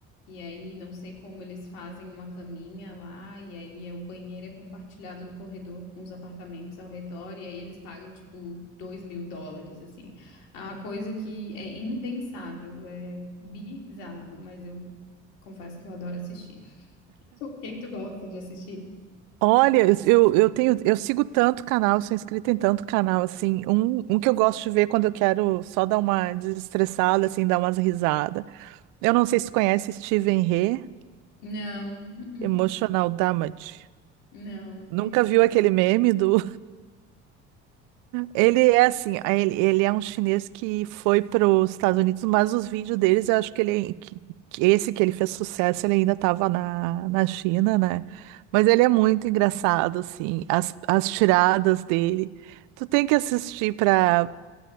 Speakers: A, on the left; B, on the right.
A: e aí não sei como eles fazem uma caminha lá, e aí é, o banheiro é compartilhado no corredor com os apartamentos ao redor, e aí eles pagam tipo 2 mil dólares, assim. É uma coisa que é impensável, é bizarro, mas eu confesso que eu adoro assistir. <laughs> O que que tu gosta de assistir?
B: Olha, eu, eu eu tenho, eu sigo tanto canal, sou inscrita em tanto canal, assim, um, um que eu gosto de ver quando eu quero só dar uma desestressada, assim, dar umas risadas. Eu não sei se tu conhece Steven He,
A: Não, uh-uh,
B: Emotional Damage.
A: não, não
B: Nunca
A: conheço.
B: viu aquele meme do, Ele é assim, a- ele, ele é um chinês que foi para os Estados Unidos, mas os vídeos deles, eu acho que ele, que, que esse que ele fez sucesso, ele ainda estava na, na China, né? Mas ele é muito engraçado, assim, as, as tiradas dele. Tu tem que assistir para,